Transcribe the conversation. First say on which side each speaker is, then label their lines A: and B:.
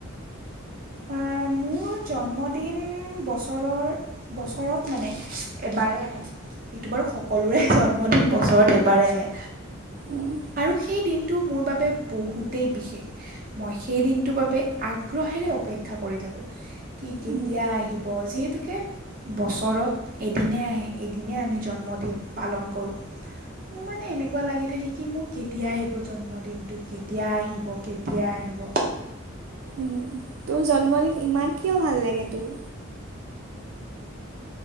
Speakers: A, on the right (about 45°); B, on the right (about 75°).
A: আহ, মোৰ জন্মদিন বছৰৰ বছৰত মানে এবাৰ আহে এইটো বাৰু সকলোৰে জন্মদিন বছৰত এবাৰ আহে।
B: উম,
A: আৰু সেই দিনটো টো মোৰ বাবে বহুতেই বিশেষ মই সেই দিনটোৰ বাবে আগ্ৰহেৰে অপেক্ষা কৰি থাকোঁ। কি কেতিয়া
B: উম,
A: আহিব যিহেতুকে বছৰত এদিনে আহে এদিনে আমি জন্মদিন পালন কৰোঁ মোৰ মানে এনেকুৱা লাগি থাকে কি মোৰ কেতিয়া আহিব জন্মদিনটো কেতিয়া আহিব কেতিয়া আহিব।
B: উ তোৰ জন্মদিন ইমান কিয় ভাল লাগে তোৰ।